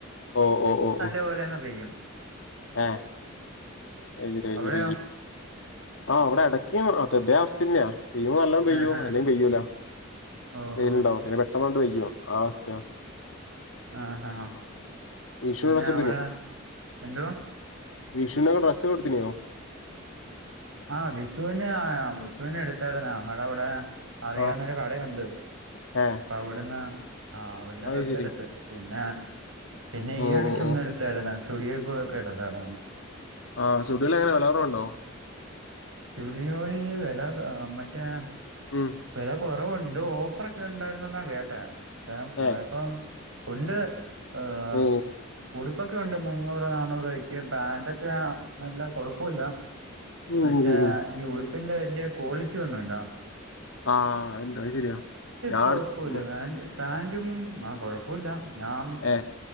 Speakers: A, on the left; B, on the right.
A: ഓ ഓ ഓ ഓ
B: ഇപ്പോലങ് പെയും.
A: ഏ <unintelligible>
B: അവിടെയോ
A: ആഹ് അവിടെ എ യ്യോ അതതേ അവസ്ഥന്നാ. പെയ്യോ നല്ലാം പെയ്യോ
B: ആഹാ
A: അല്ലേ പെയ്യൂല.
B: ഓഹോ
A: വെയിലുണ്ടാവും പിന്നെ വെട്ട കൊണ്ട് പെയ്യോ ആ വസ്ഥ
B: ആഹ് ഹാ.
A: വിഷുവിന്
B: പിന്നെ
A: ഡ്രസ്സ്
B: അവിടെ എന്തുവാ.
A: വിഷുന് ട്രസ്സ് എടുത്തിനോ
B: ആഹ വിഷുവിന് ആ വിഷുവിന എടുത്തരുന്നു ഞങ്ങളെവിടെ അറിയാനൊരു
A: ആ
B: കടയുണ്ട്
A: ഏ
B: അവിടുന്ന് ആ അവിടുന്ന്
A: അത്
B: ഡ്രസ്
A: ശരി
B: എടുത്ത്. പിന്ന പിന്നെ ഈ
A: ഓ
B: ഇടക്ക്
A: ഓ
B: ഒന്ന്
A: ഓ
B: എടുത്ത്. ചെലന സ്റ്റുട്ടിയിൽപോയൊക്കെ എടക്കാറാണ്
A: ആഹ് സുഡിലെങ്ങനെ വലേറും ഉണ്ടോ
B: സുഡിയോയിൽ വില അ മറ്റേ
A: ഉം
B: വില കുറവുണ്ട് ഓഫർ ഒക്കെ ഉണ്ടായിരുന്നൊന്ന് അറിയട്ടെ ഞാൻ പോയപ്പം
A: ഏ
B: <unintelligible> ഏഹ്.
A: ഓ
B: ഉടുപ്പൊക്കെ ഉണ്ട് മുന്നൂറ് നാന്നൂറുപയ്ക്ക് പാന്റെക്കെ നല്ല കൊഴപ്പൊല്ല
A: ഉം
B: പക്ഷേ
A: ഉം ഉം ഉം
B: ഈ ഉടുപ്പിന്റെ വലിയ ക്വാളിറ്റി ഒന്നുംണ്ട.
A: ആഹ എന്താ അത് ശരിയാ. ഞാൻ
B: കൊഴപ്പൊല്ല
A: ഉം,
B: ഫാൻ ഫാൻറും ആ കൊഴപ്പല്ല ഞാൻ
A: ഏ